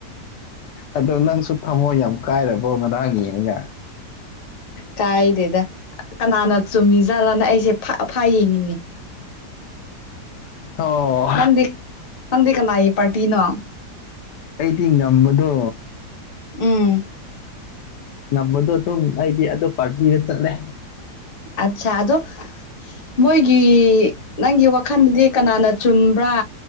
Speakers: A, on the left; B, on the left.
A: ꯑꯗꯣ ꯅꯪꯁꯨ ꯊꯝꯃꯣ ꯌꯥꯝ ꯀꯥꯏꯔꯕꯣ ꯉꯥꯡꯒꯤꯅꯒ
B: ꯀꯥꯏꯗꯦꯗ ꯀꯅꯥꯅ ꯆꯨꯝꯃꯤ ꯖꯥꯠꯂꯥꯅ ꯑꯩꯁꯦ ꯐꯥ ꯌꯦꯡꯉꯤꯅꯦ
A: ꯑꯣ
B: ꯅꯪꯗꯤ ꯅꯪꯗꯤ ꯀꯅꯥꯏ ꯄꯥꯔꯇꯤꯅꯣ
A: ꯑꯩꯗꯤ ꯉꯝꯕꯗꯣ
B: ꯎꯝ
A: ꯉꯝꯕꯗꯣ ꯑꯗꯨꯝ ꯑꯩꯗꯤ ꯑꯗꯣ ꯄꯥꯔꯕꯤꯗ ꯆꯠꯂꯦ
B: ꯑꯠꯁꯥ ꯑꯗꯣ ꯃꯣꯏꯒꯤ ꯅꯪꯒꯤ ꯋꯥꯈꯜꯗꯗꯤ ꯀꯅꯥꯅ ꯆꯨꯝꯕ꯭ꯔꯥ